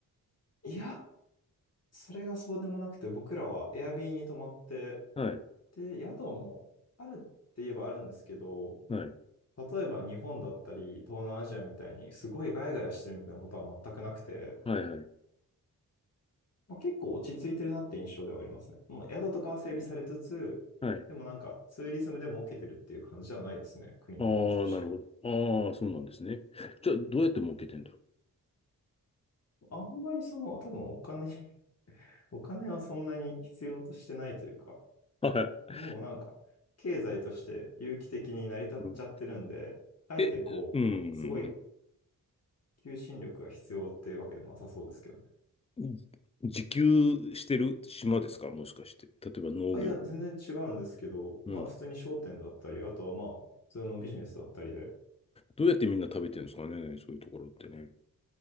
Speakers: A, on the left; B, on the left.
A: いや、それがそうでもなくて、僕らはエアビーに泊まって、
B: はい、
A: で、宿もあるって言えばあるんですけど、
B: はい、
A: 例えば日本だったり、東南アジアみたいにすごいガヤガヤしてるみたいなことは全くなくて、
B: はい、はい、
A: まあ、結構落ち着いてるなって印象ではありますね。もう宿とかは整備されつつ、
B: はい。
A: でもなんかツーリズムでも受けてるっていう感じじゃないですね、国の雰囲気として。
B: ああ、なるほど。ああ、そうなんですね。じゃあ、どうやって儲けてんだろ
A: あんまりその、多分お金お金はそんなに必要としてないというか、
B: う。はい。
A: もうなんか、経済として有機的に成り立っちゃってるんで、
B: うん
A: あえてこう、
B: え、うん。
A: すごい求心力が必要っていうわけでもなさそうですけどね。
B: じ自給してる島ですかもしかして。例えば農業
A: あ、いや、全然違うんですけど、
B: うん。
A: まあ、普通に商店だったり、あとはまあ、普通のビジネスだったりで、
B: どうやってみんな食べてるんですかね、そういうところってね。